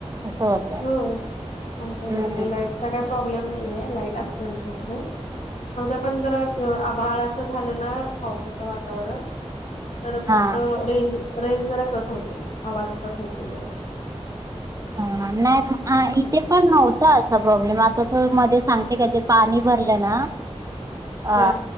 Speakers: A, on the right; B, on the left.
A: असं होतंय
B: हो आमच्याकडे
A: हम्म.
B: नाही लाईटचा काय प्रॉब्लेम नाहीए लाईट असते आमच्याकडे आता पण जरा आभाळ असं झालं ना पावसाचं वातावरण तर
A: हा
B: फक्त रेंज रेंज जरा कट होते, आवाज कट होते जरा
A: हा नाही इथे पण नव्हत असा प्रॉब्लेम आ तर त मध्ये सांगते का ते पाणी भरलं ना? अ
B: हा